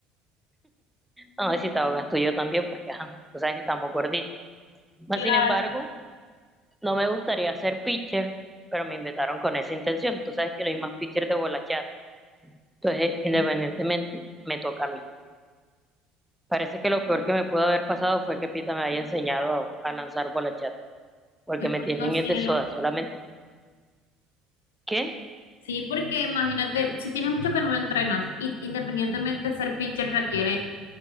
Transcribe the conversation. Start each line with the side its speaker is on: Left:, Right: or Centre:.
Centre: No, si te ahogas tú y yo también, porque ajá, tú sabes que estamos gorditos. más
Left: Claro.
Centre: sin embargo, No me gustaría ser pitcher, pero me invitaron con esa intención. Tú sabes que no hay más pitcher de bola chat. Entonces, independientemente,
Left: Sí,
Centre: me toca a mí. Parece que lo peor que me pudo haber pasado fue que Pita me haya enseñado a, a lanzar bola chat, porque
Left: Yo creo,
Centre: me tienen
Left: cielo.
Centre: es de soda solamente. que
Left: Sí, porque imagínate, si tienes mucho que no entrenas, y independientemente ser pitcher requiere,